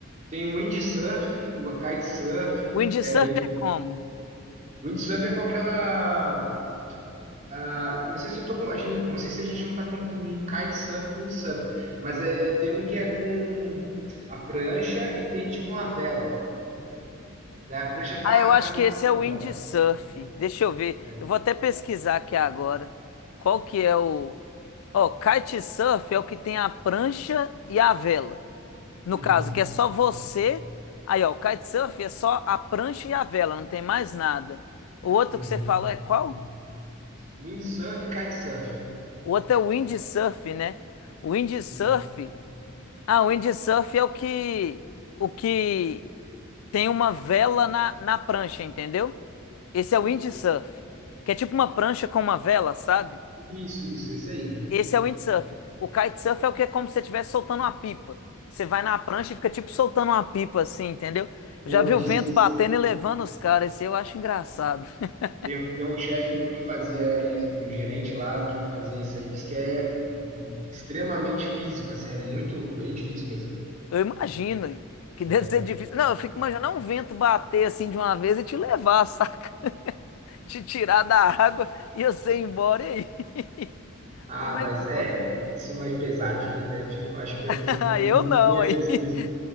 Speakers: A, on the right; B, on the left.
A: tem windsurf, o kitesurf,
B: Windsurf
A: é bem.
B: é como?
A: Windsurf é com aquela Ah, não sei se eu tô com, a gente, não sei se a gente não está confundindo kitesurf com windsurf, mas é, tem um que é com a prancha e tem tipo uma vela. Daí a prancha tá,
B: Ah, eu acho
A: tá ligada
B: que esse é o
A: na
B: windsurf.
A: vela.
B: Deixa eu ver.
A: né?
B: Eu vou até pesquisar aqui agora. Qual que é o. Ó, kitesurf é o que tem a prancha e a vela. No
A: Uhum,
B: caso, que é só você. Aí, ó, o kitesurf é só a prancha e a vela, não tem mais nada. O outro
A: uhum.
B: que você falou é qual?
A: Windsurf, kitesurf.
B: O outro é o windsurf, né? O windsurf.
A: Isso,
B: Ah, o windsurf é o que. O que tem uma vela na, na prancha, entendeu? Esse é o windsurf, que é tipo uma prancha com uma vela, sabe?
A: isso, isso, esse aí.
B: Esse é o windsurf. O kitesurf é o que é como se você estivesse soltando uma pipa. Você vai na prancha e fica tipo soltando uma pipa assim, entendeu? Eu
A: Ou
B: já vi
A: diz
B: o vento
A: que esse
B: batendo
A: é-
B: e levando os caras, isso eu acho engraçado. <laughs>
A: tem, tem um chefe meu que fazia isso, um gerente lá que fazia isso aí, diz que é extremamente físico, assim, é muito bem difícil mesmo,
B: Eu imagino hein, que
A: né?
B: deve ser difícil. Não, eu fico imaginando um vento bater assim de uma vez e te levar, saca? <laughs> Te tirar da água e você ir embora e aí. <laughs>
A: Ah,
B: Como
A: mas
B: é que foi?
A: é, isso mais pesadinho, né? Eu fico, acho que eu
B: <laughs>
A: tenho mais-
B: Ah,
A: menos,
B: eu não,
A: menos
B: aí <laughs>
A: disso.